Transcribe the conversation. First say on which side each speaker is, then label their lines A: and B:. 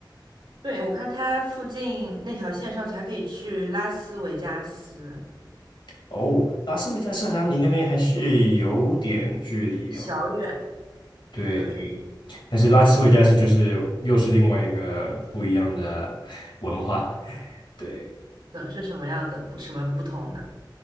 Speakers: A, on the right; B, on the left.
A: 对，我看它附近那条线上去还可以去拉斯维加斯，
B: 哦，拉斯维加斯好像离那边还是有点距离哦。
A: 小远。
B: 对对，
A: 对，
B: 但是拉斯维加斯就是又是另外一个不一样的文化。<laughs> 对。
A: 怎是什么样的不什么不同呢？